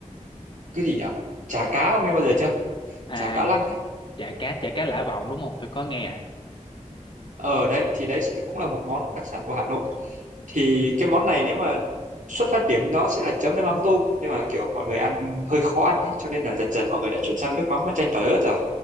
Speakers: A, on the right; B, on the left.
A: cái gì nhỉ chả cá ông nghe bao giờ chưa
B: à
A: chả cá lăng ấy
B: chả cá chả cá Lã Vọng đúng không tôi có nghe
A: ở đấy thì đấy sẽ cũng là một món đặc sản của Hà Nội thì cái món này nếu mà xuất phát điểm nó sẽ là chấm với mắm tôm nhưng mà kiểu mọi người ăn hơi khó ăn ấy cho nên là dần dần mọi người đã chuyển sang nước mắm chanh tỏi ớt rồi